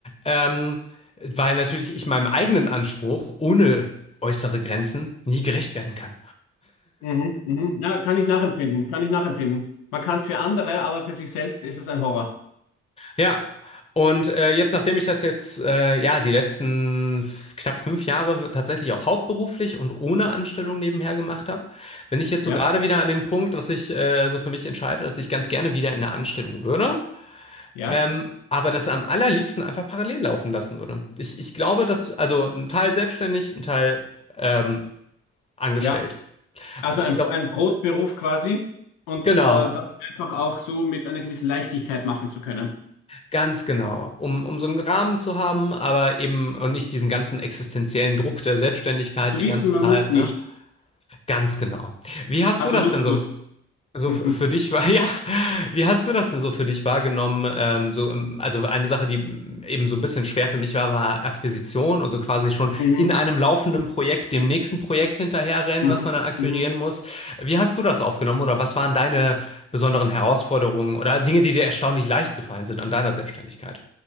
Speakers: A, on the left; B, on the left.
A: Ähm, weil natürlich ich meinem eigenen Anspruch ohne äußere Grenzen nie gerecht werden kann.
B: Mhm, mhm. Ja, kann ich nachempfinden. Kann ich nachempfinden. Man kann es für andere, aber für sich selbst ist es ein Horror.
A: Ja. Und äh, jetzt, nachdem ich das jetzt, äh, ja, die letzten f- knapp fünf Jahre tatsächlich auch hauptberuflich und ohne Anstellung nebenher gemacht habe, bin ich jetzt
B: Ja,
A: so gerade wieder an dem Punkt, dass ich äh, so für mich entscheide, dass ich ganz gerne wieder in eine Anstellung würde.
B: ja,
A: Ähm, aber das am allerliebsten einfach parallel laufen lassen würde. Ich, ich glaube, dass, also ein Teil selbstständig, ein Teil ähm, angestellt.
B: ja. Also
A: Und ich
B: ein,
A: glaube,
B: ein Brotberuf quasi und
A: genau.
B: äh, das einfach auch so mit einer gewissen Leichtigkeit machen zu können.
A: Ganz genau, um, um so einen Rahmen zu haben, aber eben und nicht diesen ganzen existenziellen Druck der Selbstständigkeit
B: Zu
A: die
B: wissen,
A: ganze
B: man
A: Zeit,
B: muss
A: ne?
B: nicht.
A: Ganz genau. Wie hast
B: Also
A: du das
B: Luxus.
A: denn so,
B: <laughs>
A: so
B: Mhm,
A: f- für dich war, <laughs> ja, wie hast du das denn so für dich wahrgenommen? Ähm, so, ähm, also eine Sache, die eben so ein bisschen schwer für mich war, war Akquisition und so quasi schon
B: mhm,
A: in einem laufenden Projekt dem nächsten Projekt hinterherrennen,
B: mhm,
A: was man dann akquirieren
B: mhm.
A: muss. Wie hast du das aufgenommen oder was waren deine besonderen Herausforderungen oder Dinge, die dir erstaunlich leicht gefallen sind an deiner Selbstständigkeit?